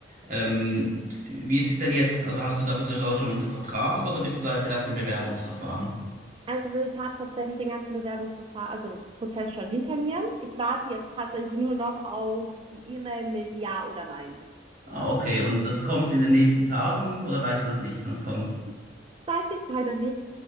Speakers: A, on the right (about 45°); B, on the right (about 30°).
A: Ähm, wie ist es denn jetzt? Also hast du da, bist du dort schon unter Vertrag oder bist du da jetzt erst im Bewerbungsverfahren?
B: Also ich habe tatsächlich den ganzen Bewerbungsverfahren, also Prozess schon hinter mir. Ich warte jetzt tatsächlich nur noch auf die E-Mail mit Ja oder Nein.
A: Ah, okay. Und das kommt in den nächsten Tagen oder weißt du das nicht, wann es kommt?
B: Das weiß ich leider nicht.